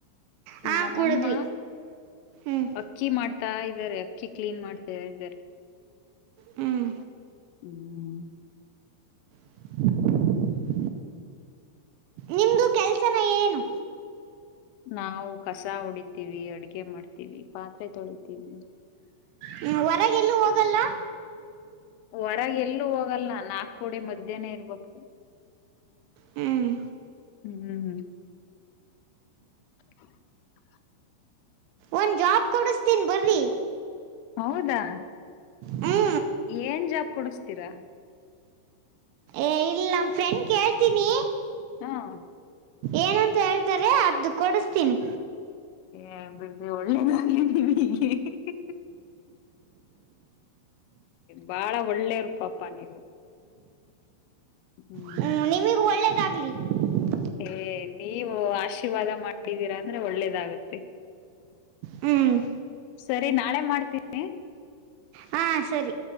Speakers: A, on the right; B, on the left.
A: ಹಾ
B: ನಮ್ಮಮ್ಮ
A: ಕುಡಿದ್ವಿ ಹ್ಮ್
B: ಅಕ್ಕಿ ಮಾಡ್ತಾ ಇದ್ದಾರೆ ಅಕ್ಕಿ ಕ್ಲೀನ್ ಮಾಡ್ತಾ ಇದ್ದಾರೆ
A: ಹ್ಮ್
B: ಹ್ಮ್
A: <unintelligible> ನಿಮ್ದು ಕೆಲ್ಸನ ಏನು
B: ನಾವು ಕಸ ಹೊಡಿತೀವಿ ಅಡ್ಗೆ ಮಾಡ್ತೀವಿ ಪಾತ್ರೆ ತೊಳಿತೀವಿ
A: ಹ್ಮ ಹೊರಗೆ ಎಲ್ಲೂ ಹೋಗಲ್ಲ
B: ಹೊರಗೆ ಎಲ್ಲೂ ಹೋಗಲ್ಲ ನಾಕು ಗೋಡೆ ಮಧ್ಯಾಹ್ನ ಇರ್ಬೇಕು
A: ಹ್ಮ್
B: ಹ್ಮ್ ಹ್ಮ್ <unintelligible>
A: ಒಂದು ಜಾಬ್ ಕೊಡಿಸ್ತೀನಿ ಬರ್ರಿ
B: ಹೌದಾ
A: ಹ್ಞೂ
B: ಏನ್ ಜಾಬ್ ಕೊಡಿಸತೀರಾ
A: ಏ ಇಲ್ ನಮ ಫ್ರೆಂಡ್ ಕೇಳ್ತೀನಿ
B: ಹಾ
A: ಏನಂತ ಹೇಳ್ತಾರೆ ಅದದು ಕೊಡಸ್ತೀನಿ
B: ಏ ಬಿಡ್ ಒಳ್ಳೇದಾಗ್ಲಿದ್ದೀವಿ ಹೀಗೆ ಬಾಳ ಒಳ್ಳೇರು ಪಾಪಾ ನೀವು ಹ್ಮ್
A: ಹ್ಞೂ <unintelligible>
B: ಏ ನೀವು ಆಶೀರ್ವಾದ ಮಾಡಿದ್ದೀರಾ ಅಂದ್ರೆ ಒಳ್ಳೇದಾಗುತ್ತೆ
A: ಹ್ಮ್
B: ಸರಿ ನಾಳೆ ಮಾಡ್ತೀನಿ
A: ಹಾ ಸರಿ